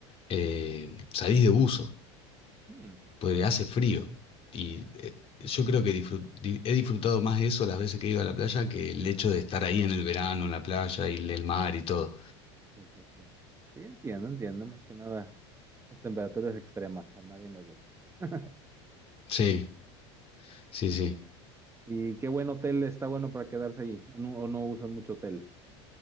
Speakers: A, on the left; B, on the right.
A: eh, salís de buzo,
B: sí.
A: porque hace frío. Y eh, yo creo que disfrut- di- he disfrutado más eso las veces que he ido a la playa que el hecho de estar ahí en el verano, en la playa y el mar y todo.
B: Sí, sí, sí. Sí, entiendo, entiendo, más que nada las temperaturas extremas, a nadie les gusta. <laughs>
A: Sí, sí, sí.
B: ¿Y qué buen hotel está bueno para quedarse ahí? ¿O no, o no usan mucho hoteles?